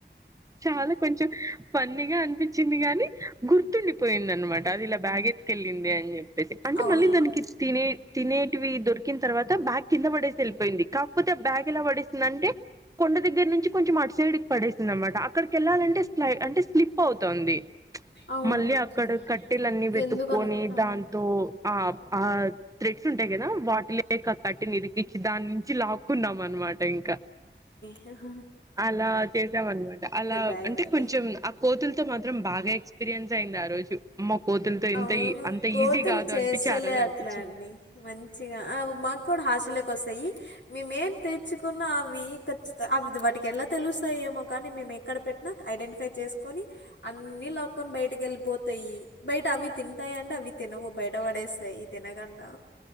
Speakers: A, on the right; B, on the left.
A: చాలా కొంచెం ఫన్నీ గా అనిపించింది గానీ గుర్తుండి పోయింద అనమాట అది ఇలా బ్యాగ్ ఎత్తుకెళ్ళింది అని చెప్పేసి అంటే
B: అవును.
A: మళ్ళీ దానికి తినే తినేటివి దొరికిన తర్వాత బ్యాగ్ కింద పడేసి వెళ్ళిపోయింది కాకపోతే ఆ బ్యాగ్ ఎలా పడేసింది అంటే కొండ దగ్గర నుంచి కొంచెం అటు సైడ్ కి పడేసిందన్నమాట అక్కడికి వెళ్ళాలంటే స్లై అంటే స్లిప్ అవుతుంది
B: అవును.
A: మళ్ళీ
B: ఓకే.
A: అక్కడ కట్టెలన్నీ వెతుక్కొని
B: ఎందుకన్ ఆ!
A: దాంతో ఆ ఆ త్రెడ్స్ ఉంటాయి కదా వాటి క కట్ కట్టెను ఇరికిచ్చి దాని నుంచి లాక్కున్నాం అనమాట ఇంకా
B: ఆహ
A: అలా చేసాం అనమాట అలా
B: బ్యాగ్ని
A: అంటే
B: అయితే
A: కొంచెం ఆ కోతులతో మాత్రం బాగా ఎక్స్పీరియన్స్ అయింది ఆ రోజు కోతులతో ఇంత
B: అవును
A: ఈ అంత
B: కోతులు
A: ఈజీ కాదు
B: చేస్తలే
A: అనిపించి ఆ రోజు అనిపించింది.
B: అట్లా అండి మంచిగా మాకు కూడా హాస్టల్లకు వస్తాయి మేమేం తెచ్చుకున్న అవి ఖచ్చిత అవి వాటికి ఎలా తెలుస్తాయేమో కానీ మేము ఎక్కడ పెట్టినా ఐడెంటిఫై చే చేసుకొని అన్ని లాక్కకొని బయటకి వెళ్ళిపోతాయి బయట అవి తింటాయి అంటే అవి తినవు బయట పడేస్తాయి తినకుండా